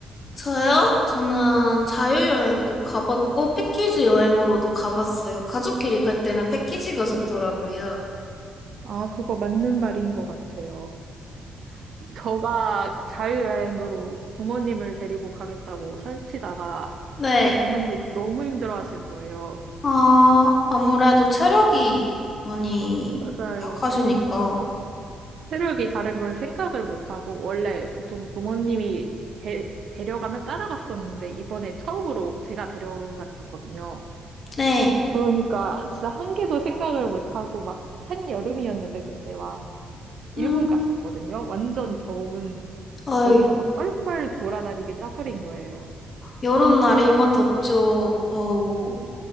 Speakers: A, on the left; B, on the right.
A: 저요? 저는 자유여행도 가봤고, 패키지 여행으로도 가봤어요. 가족끼리 갈 때는 패키지가 좋더라고요.
B: 아, 그거 맞는 말인 것 같아요. 저가 자유여행으로 부모님을 데리고 가겠다고 설치다가,
A: 네.
B: 또 부모님이 너무 힘들어 하시는 거예요.
A: 아, 아무래도 체력이 많이
B: 맞아요.
A: 약하시니까.
B: 세력이 다른 걸 생각을 못하고, 원래 보통 부모님이 데, 데려가면 따라갔었는데, 이번에 처음으로 제가 데려갔었거든요.
A: 네.
B: 그러니까 진짜 한 개도 생각을 못하고, 막 한여름이었는데, 그때 막 일본
A: 음,
B: 갔었거든요. 완전 더운,
A: 아이,
B: 거기서 막 뻘뻘 돌아다니게 짜버린 거예요.
A: 여름날 일본 덥죠. 어우,